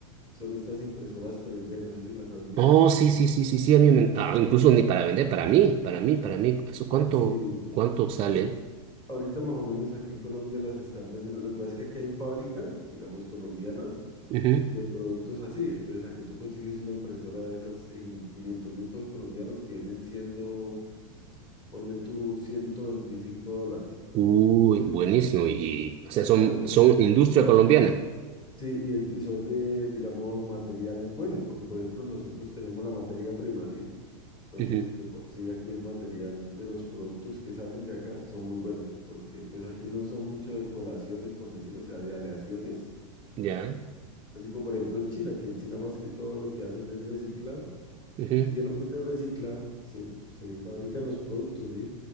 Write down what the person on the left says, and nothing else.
son estas impresoras tres d no sé si las has visto.
Sí, eso.
ahori- Ahorita, más o menos aquí en Colombia las están vendiendo. Lo que pasa es que aquí hay fábricas, digamos, colombianas
de productos así. Entonces aquí tú consigues una impresora de esas en quinientos mil pesos colombianos que vienen siendo, ponle tú, 125 dólares.
Claro,
Sí, y, es- y son de, digamos, materiales buenos, porque por ejemplo nosotros tenemos la materia prima, ¿sí? Entonces,
de por sí aquí el material de los productos que salen de acá son muy buenos, porque pues aquí no son mucho de colaciones, por decirlo o sea, de aleaciones,
así como por ejemplo en China, que en China más que todo lo que hacen es reciclar,
y de lo que se recicla se, se fabrican los productos, ¿sí?